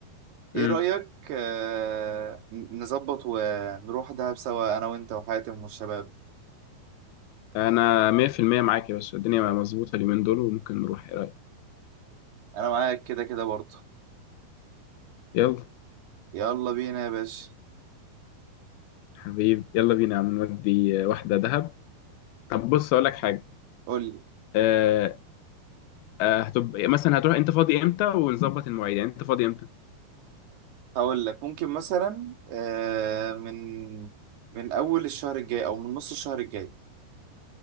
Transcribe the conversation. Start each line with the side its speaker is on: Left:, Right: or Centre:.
Right: ايه
Left: امم
Right: رأيك آه، ن- نظبط ونروح دهب سوا انا وانت وحاتم والشباب
Left: أنا 100% معاك يا باشا الدنيا مظبوطة اليومين دول وممكن نروح إيه رأيك
Right: انا معاك كده كده برضه
Left: يلا
Right: يلا بينا يا باشا
Left: حبيبي يلا بينا يا عم نودي آه، واحدة دهب طب بص أقول لك حاجة
Right: قولي
Left: آه، آه، هتبقى مثلا هتروح انت فاضي امتى ونظبط المواعيد يعني انت فاضي امتى
Right: هقول لك ممكن مثلا آه، من من اول الشهر الجاي او من نص الشهر الجاي